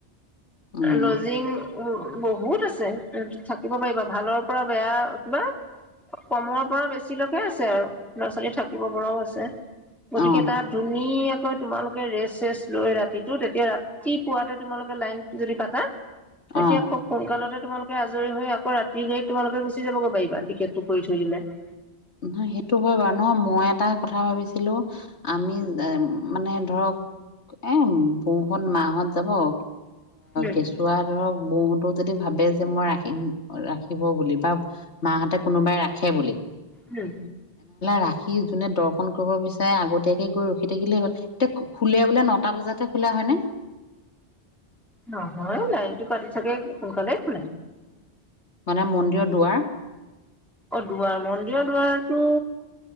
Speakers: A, on the left; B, in the centre.
A: উম
B: লজিং উ বহুত আছে উম থাক থাকিব পাৰিবা ভালৰ পৰা বেয়া তোমাৰ কমৰ পৰা বেছিলৈকে আছে আৰু ল'ৰা ছোৱালী থাকিব পৰাও আছে গতিকে
A: অ
B: তাত ধুনীয়া ক তোমালোকে ৰেষ্ট চেষ্ট লৈ ৰাতিটো তেতিয়া ৰাতিপুৱাতে তোমালোকে লাইন যদি পাতা তেতিয়া
A: অ
B: খুব সোনকালৰ তোমালোকে আজৰি হৈ অ ৰাতি গৈ তোমালে গুচি যাব পাৰিবা টিকেটটো কৰি থৈ দিলে
A: ন সেইটো হয় বাৰু নহয় মই এটা কথা ভাবিছিলো আমি মানে ধৰক এ বৌহত মাহত যাব অ
B: উম,
A: কেঁচুৱা ৰ বৌহতো যদি ভাবে যে মই ৰাখিম ৰাখিব বুলি বা মা হঁতে কোনোবাই ৰাখ হে বুলি
B: উম
A: ৰাখি যোনে দৰ্শন কৰিব বিচাৰে আগতীয়াকে গৈ ৰখি থাকিলেই হ'ল এতিয়া খোলে বোলে নটা বজাতহে খোলা হয় নে।
B: নহয় লাইনটো কাটি থাকে সোনকালে খোলে
A: মানে মন্দিৰৰ দুৱাৰ
B: অ দুৱাৰ মন্দিৰ দুৱাৰতটো